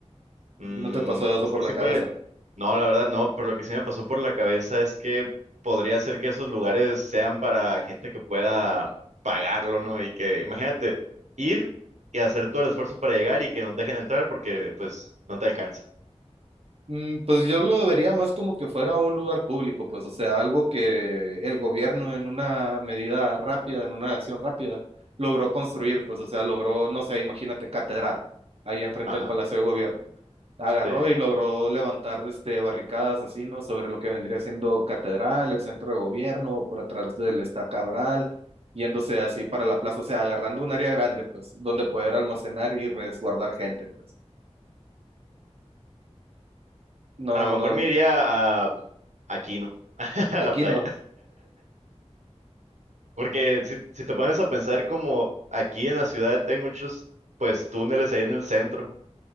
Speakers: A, on the right; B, on the right.
A: Mm,
B: ¿No te pasó eso
A: es
B: por
A: que sí
B: la cabeza?
A: puede. No, la verdad no, pero lo que sí me pasó por la cabeza es que podría ser que esos lugares sean para gente que pueda pagarlo, ¿no? Y que, imagínate, ir y hacer todo el esfuerzo para llegar y que no te dejen entrar porque pues no te alcanza.
B: Mm, Pues yo lo vería más como que fuera un lugar público, pues, o sea, algo que el gobierno en una medida rápida, en una acción rápida, logró construir, pues, o sea, logró, no sé, imagínate, catedral, ahí enfrente
A: Ajá,
B: del Palacio de Gobierno. Agarró
A: sí.
B: y logró levantar, este, barricadas así, ¿no? Sobre lo que vendría siendo catedral, el centro de gobierno, por atrás del Esta Cabral, yéndose así para la plaza, o sea, agarrando un área grande, pues, donde poder almacenar y resguardar gente, pues. No,
A: A lo
B: no,
A: mejor me iría a aquí, ¿no? <laughs> A
B: aquí
A: la playa.
B: no.
A: Porque si, si te pones a pensar como aquí en la ciudad hay muchos pues túneles ahí en el centro.